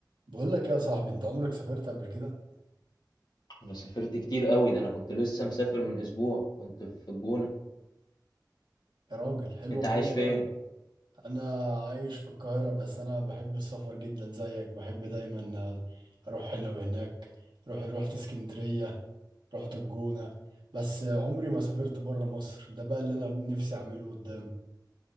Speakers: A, on the right (about 80°); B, on the left (about 65°).
A: بقول لك يا صاحبي انت عمرك سافرت قبل كده
B: انا سافرت كتير قوي ده انا كنت لسه مسافر من اسبوع كنت في الجونة
A: يا راجل حلوة
B: انت
A: الجونة
B: عايش فين
A: بقى انا عايش في القاهرة بس انا بحب السفر جدا زيك بحب دايما آه، اروح هنا وهناك روح رحت اسكندرية رحت الجونة بس آه، عمري ما سافرت بره مصر ده بقى اللي انا نفسي اعمله قدام